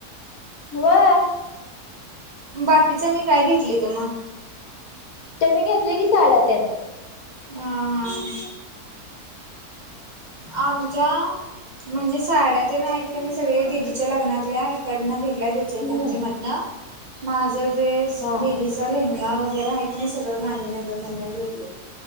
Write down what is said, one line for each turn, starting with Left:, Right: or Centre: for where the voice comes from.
Left: <unintelligible>
Right: बाकीच्यानी काय घेतली त मग?
Left: त्याने घेतले की साड्या त्यान
Right: हम हम
Left: <inaudible>
Right: आमच्या म्हणजे साड्यात नाही आहेत का नाही सगळे दिदीच्या लग्नातल्या इकडनं घेतल्या चिळकांजी
Left: हम्म
Right: मधन माझ ड्रेस
Left: हा
Right: दीदी लेहंगा वगैरे आहे की नाही सगळ गांधीनगर मधन घेतलं